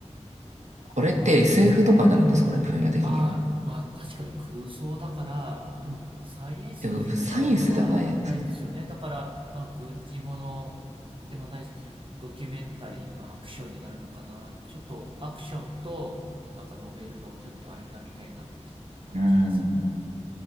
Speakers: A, on the right; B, on the right.
A: これって SF とかになるんですかね、分野的には。
B: ああ、まあ確かに空想だから、でもサイエンスフィクションではないんですよね。
A: でも、サイエンスではないじゃないですかね。
B: だから、まあ軍事ものでもないし、ドキュメンタリー、まあアクションになるのかな。ちょっとアクションとなんかノベルのちょっと間みたいな感じですもんね。
A: うん。